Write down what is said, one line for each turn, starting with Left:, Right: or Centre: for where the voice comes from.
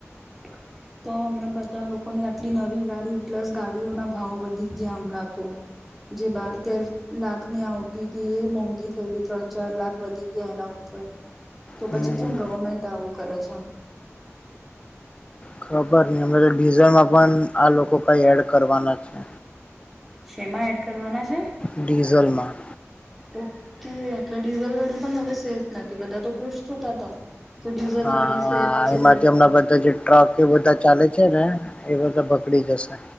Centre: <inaudible> તો હમણાં બધા લોકોની આટલી નવી ગાડી પ્લસ ગાડીઓના ભાવ વધી ગયા હમણાં તો જે બાર તેર લાખ ની આવતી હતી એ મોંઘી થઈ ગઈ ત્રણ ચાર લાખ વધી ગયા એ તો
Left: હમ
Centre: પછી કેમ ગવર્મેન્ટ આવું કરે છે?
Left: ખબર નહી અમે તો ડીઝલમાં પણ આ લોકો કઈ એડ કરવાના છે.
Centre: શેમાં એડ કરવાના છે?
Left: ડીઝલમાં
Centre: ઓકે એટલે ડ્યુવેલ ગાડી પણ હવે સેફ નથી બધા તો ખુશ થતા હતા કે ડીઝલ
Left: હ
Centre: ગાડી સેફ છે
Left: એમાંથી હમણાં બધા જે ટ્રક કે બધા ચાલે છે ને એ બધા બકડી જશે